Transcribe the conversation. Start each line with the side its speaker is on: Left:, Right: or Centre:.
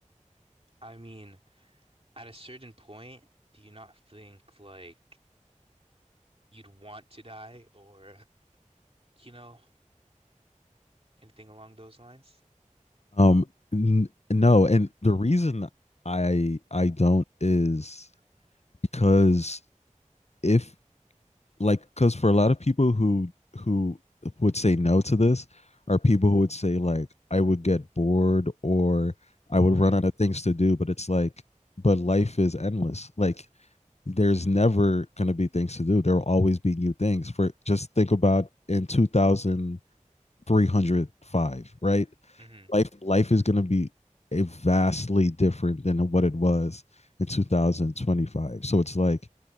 Right: I mean, at a certain point, do you not think like you'd want to die or, you know, anything along those lines?
Left: Um, n- no, and the reason I I don't is because if like because for a lot of people who who would say no to this are people who would say like I would get bored or I would
Right: Right.
Left: run out of things to do. But it's like, but life is endless. Like there's never going to be things to do. There will always be new things. For just think about in 2305, right?
Right: Mm-hmm.
Left: Life life is going to be a vastly different than what it was in 2025. So it's like